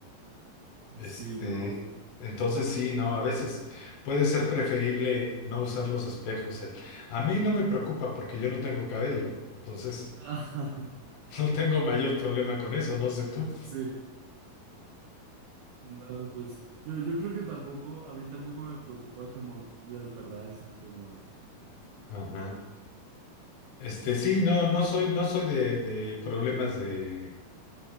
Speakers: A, on the left; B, on the right.
A: Este,
B: Sí, no.
A: entonces sí, no, a veces puede ser preferible no usar los espejos. Eh, A mí no me preocupa porque yo no tengo cabello, entonces
B: <laughs>
A: <laughs> no tengo mayor problema con eso, no sé tú.
B: Sí, no, pues yo, yo creo que tampoco, a mí tampoco me preocupa como las verdades incómodas. la verdad.
A: Ajá. Este,
B: Sí,
A: sí, no, no soy, no soy de, de problemas de,